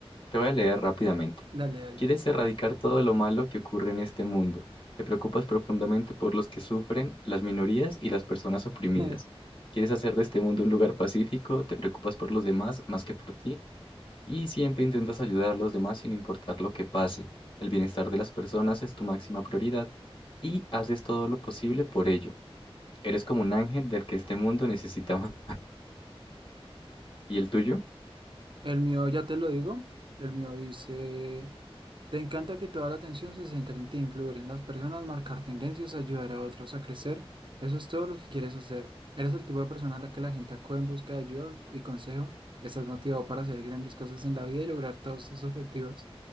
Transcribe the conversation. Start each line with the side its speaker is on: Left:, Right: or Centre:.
Left: Te voy a leer rápidamente.
Right: Dale, dale.
Left: Quieres erradicar todo lo malo que ocurre en este mundo. Te preocupas profundamente por los que sufren, las minorías y las personas oprimidas.
Right: <laughs>
Left: Quieres hacer de este mundo un lugar pacífico, te preocupas por los demás más que por ti y siempre intentas ayudar a los demás sin importar lo que pase. El bienestar de las personas es tu máxima prioridad y haces todo lo posible por ello. Eres como un ángel del que este mundo necesita más. ¿Y el tuyo?
Right: El mío, ya te lo digo, el mío dice, te encanta que toda la atención se centre en ti, influir en las personas, marcar tendencias, ayudar a otros a crecer. Eso es todo lo que quieres hacer. Eres el tipo de persona a la que la gente acude en busca de ayuda y consejo. Estás motivado para hacer grandes cosas en la vida y lograr todos tus objetivos.